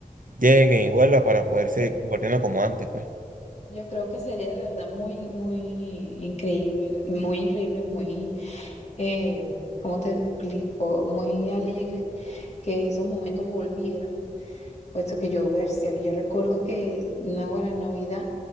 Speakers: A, on the right; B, on the left.
A: lleguen y vuelva para poder seguir
B: Yo,
A: compartiendo como antes, pues.
B: yo creo que sería de verdad muy, muy increíble, muy increíble, muy, eh, ¿cómo te explico? Muy alegre que esos momentos volvieran puesto que yo versela. Yo recuerdo que Náguara en Navidad,